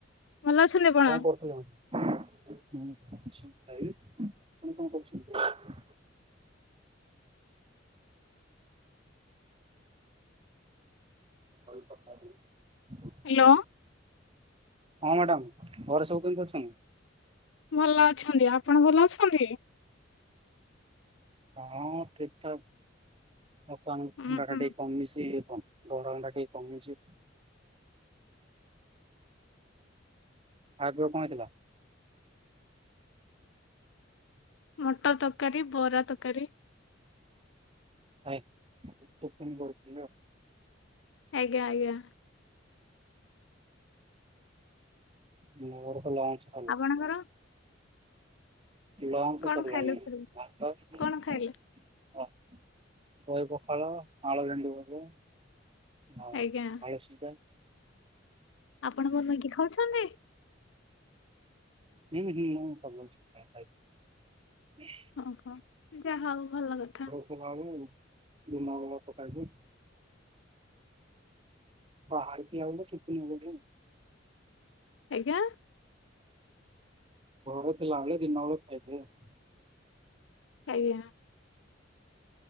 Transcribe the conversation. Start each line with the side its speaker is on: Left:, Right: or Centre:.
Left: ଭଲ ଅଛନ୍ତି ଆପଣ?
Right: କଣ ଆପଣ କଣ କରୁଛନ୍ତି? ଆଗରୁ କଥା ହେଇଥିଲେ?
Left: ହାଲୋ।
Right: ହଁ ମାଡ଼ାାମ ଘରେ ସବୁ କେମିତି ଅଛନ୍ତି?
Left: ଭଲ ଅଛନ୍ତି। ଆପଣ ଭଲ ଅଛନ୍ତି?
Right: ହଁ ଠିକ୍ ଠାକ୍ ବ୍ରତ ମାନ୍
Left: ହୁଁ
Right: ପିଣ୍ଡାଟା
Left: ହୁଁ
Right: ଟିକିଏ କମିଚି ଇଏ କଣ ଗୋଡ଼ ବିନ୍ଧା ଟିକିଏ କମିଚି। ଆଗେ କଣ ହେଲା?
Left: ମଟର ତରକାରୀ ବରା ତରକାରୀ।
Right: ହାଏ ଟିଫିନି୍ କରି ଦେବି ଆଉ।
Left: ଆଜ୍ଞା ଆଜ୍ଞା।
Right: ମୋ ଘରଖେଲା ଅଛି।
Left: ଆପଣଙ୍କର?
Right: ଲଞ୍ଚ
Left: କଣ
Right: ସରିଲାଣି।
Left: ଖାଇଲେ ଫେରେ
Right: ଓ
Left: କଣ ଖାଇଲେ?
Right: ଦହି ପଖାଳ ଆଳୁ ଭେଣ୍ଡି ଭଜା। ହଁ
Left: ଆଜ୍ଞା
Right: ଆଳୁସିଜା।
Left: ଆପଣ କଣ ନେଇକି ଖାଉଛନ୍ତି?
Right: ଉଁ ହୁଁ ମୁଁ ସବୁ ଖାଉଚି।
Left: ଓହୋ ଯାହା ହଉ ଭଲ କଥା।
Right: ଏବାବୁ ଦିନ ବେଳା ପକାଇବୁ। ବାହାରିକି ଅଇଲେ ଶିପିମୁଧୁମ।
Left: ଆଜ୍ଞା।
Right: ଘର ଥିଲାବେଳେ ଦିନବେଳେ ଖାଇଦିଏ ଆଉ।
Left: ଆଜ୍ଞା।